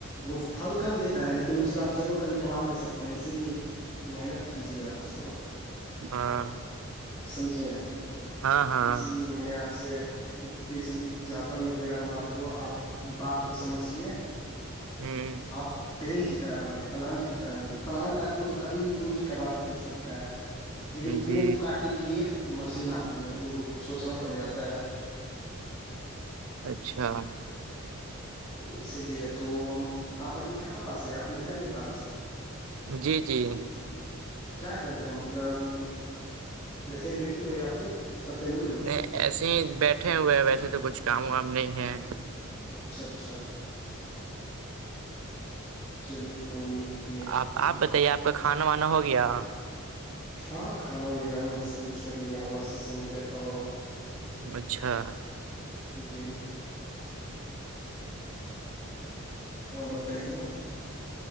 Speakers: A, on the left; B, on the right.
A: وہ پل کم دیتا ہے لیکن اس کے آپ جڑ کبھی کباڑ نہیں سکتے اسی لیے محنت کیجیے آپ اس کو
B: ہاں
A: سمجھے
B: ہاں ہاں
A: اسی لیے میں نے آپ سے جی چیز اگزامپل میں دے رہا ہوں آپ کو آپ بات کو سمجھیے
B: ہوں
A: آپ پیڑ کی طرح بنے پلانٹ کی طرح نہیں پلانٹ آ کو تو کبھی بھی کوئی بھی کباڑ کے پھینک سکتا ہے لیکن
B: جی
A: پیڑ کو کاٹنے کے لیے مشین آتی ہے جو اس کو سوچنا پڑ جاتا ہے
B: اچھا
A: اسی لیے تو آپ ابھی کہاں پاس ہیں اپنے گھر کے پاس
B: جی جی
A: کیا کر رہے ہیں مطلب ویسے ہی بیٹھے ہوئے یا پھر سب فیملی
B: نہیں ایسے ہی بیٹھے ہوئے ہیں ویسے تو کچھ کام وام نہیں ہے
A: اچھا اچھا چلیے کوئی نہیں ہوتا
B: آپ آپ بتائیے آپ کا کھانا وانا ہو گیا
A: ہاں کھانا وغیرہ میں نے سب کچھ کر لیا بس بیٹا ہوا ہوں
B: اچھا
A: جی اور بتائیے